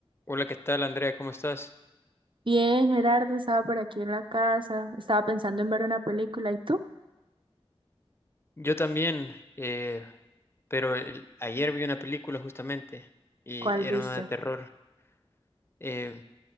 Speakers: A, on the left (about 25°); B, on the right (about 55°).
A: Hola, ¿qué tal, Andrea? ¿Cómo estás?
B: Bien, Gerardo, estaba por aquí en la casa, estaba pensando en ver una película, ¿y tú?
A: Yo también, eh, pero el- ayer vi una película justamente y
B: ¿Cuál viste?
A: era una de terror. eh,